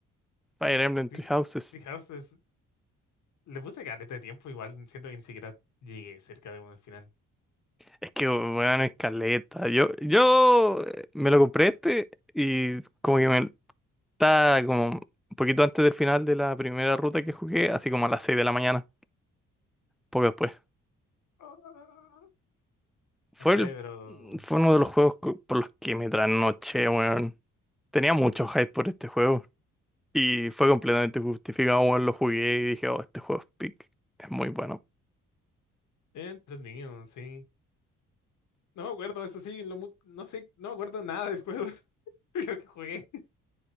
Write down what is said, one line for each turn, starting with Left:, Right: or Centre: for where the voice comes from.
Centre: Fire Emblem
Left: Tri-
Centre: Three Houses.
Left: Tree House es- le puse caleta de tiempo, igual siento que ni siquiera llegué cerca de como el final.
Centre: Es que, weón, escaleta. Yo, yo eh, me lo compré este y como que me está como un poquito antes del final de la primera ruta que jugué, así como a las 6 de la mañana, poco después.
Left: Ah,
Centre: Fue
Left: No sé,
Centre: el,
Left: pero
Centre: fue uno de los juegos co- por los que me trasnoché, weón. Tenía mucho hype por este juego y fue completamente justificado, weón. Lo jugué y dije, oh, este juego es pick. Es muy bueno.
Left: entretenido, sí. No me acuerdo, eso sí, lo mu- no sé, no me acuerdo nada del juego, <laughs> de lo que jugué.